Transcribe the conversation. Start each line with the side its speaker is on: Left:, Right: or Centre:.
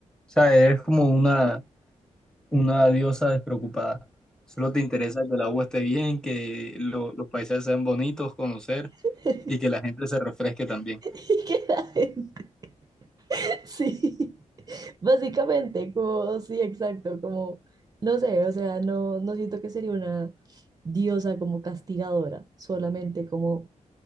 Centre: O sea, eres como una, una diosa despreocupada. Solo te interesa que el agua esté bien, que lo- los paisajes sean bonitos, conocer
Right: <laughs>
Centre: y que la gente se refresque también.
Right: Y queda en- <laughs> Sí, básicamente, como, sí, exacto, como, no sé, o sea, no, no siento que sería una diosa como castigadora, solamente como